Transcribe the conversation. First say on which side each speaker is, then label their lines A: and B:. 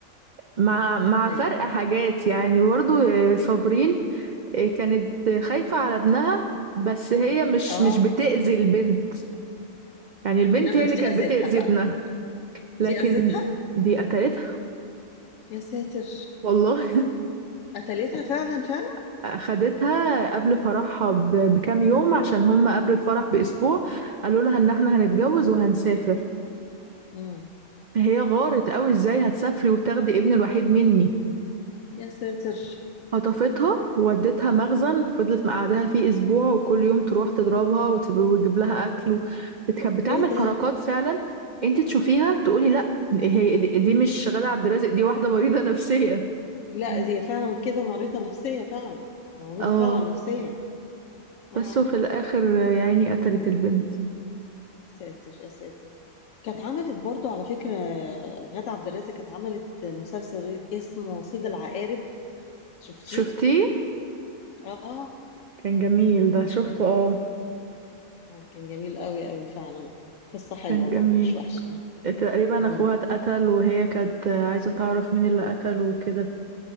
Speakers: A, on the right; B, on the left.
A: مع
B: اه
A: مع
B: ايوه
A: فرق
B: ايوه
A: حاجات يعني برضو آه، صابرين آه، كانت خايفة على ابنها بس هي مش
B: اه
A: مش بتأذي البنت يعني البنت
B: انما
A: هي
B: دي
A: اللي كانت
B: اذتها
A: بتأذي
B: بقى
A: ابنها
B: دي
A: لكن
B: اذتها
A: دي قتلتها
B: يا ساتر
A: والله
B: قتلتها فعلا فعلا
A: <laughs> أخدتها قبل فرحها ب- بكام يوم عشان هم قبل الفرح بأسبوع قالوا لها إن احنا هنتجوز وهنسافر
B: امم
A: هي غارت قوي ازاي هتسافري وتاخدي ابني الوحيد مني
B: يا ساتر
A: خطفتها وودتها مخزن فضلت مقعدها فيه اسبوع وكل يوم تروح تضربها وتب- وتجيب لها اكل و- بتخ- بتعمل
B: ايه ده
A: حركات فعلا انت تشوفيها تقولي لا هي دي, دي مش غادة عبد الرازق دي واحدة مريضة نفسيا
B: لا
A: مم.
B: هي فعلا كده مريضه نفسيه فعلا مريضه
A: اه
B: فعلا نفسيه اه
A: بس وفي الاخر يعني قتلت البنت
B: ساتر يا ساتر كانت عملت برضو على فكرة غادة عبد الرازق كانت عملت مسلسل اسمه صيد العقارب شفتيه؟
A: شفتيه
B: اه
A: كان جميل ده شفته اه
B: هو كان جميل قوي قوي فعلا قصة حلوة
A: كان جميل
B: برضو مش وحشة يعني
A: تقريبا
B: مم.
A: اخوها اتقتل وهي كانت عايزة تعرف مين اللي قتله وكده